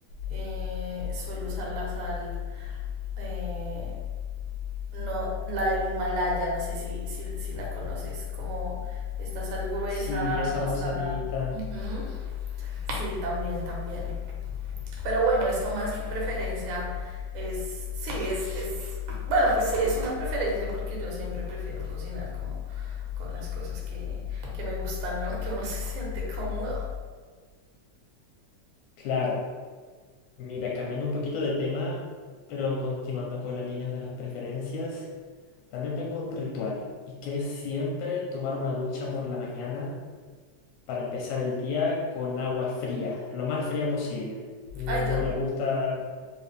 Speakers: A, on the right; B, on the left.
A: eh, suelo usar la sal, eh, no, la del Himalaya, no sé si, si, si la conoces, como esta sal gruesa,
B: Sí, esa
A: rosada.
B: rosadita.
A: Ujú. Sí, también, también. Pero bueno, esto más que preferencia es, sí, es, es, bueno, pues sí, es una preferencia porque yo siempre prefiero cocinar como con las cosas que, que me gustan, ¿no? Que uno <laughs> se siente cómodo.
B: Claro, mira, cambiando un poquito de tema, pero continuando con las líneas de las preferencias, también tengo un ritual y que es siempre tomar una ducha por la mañana para empezar el día con agua fría, lo más fría posible. No
A: Ay, yo,
B: me gusta...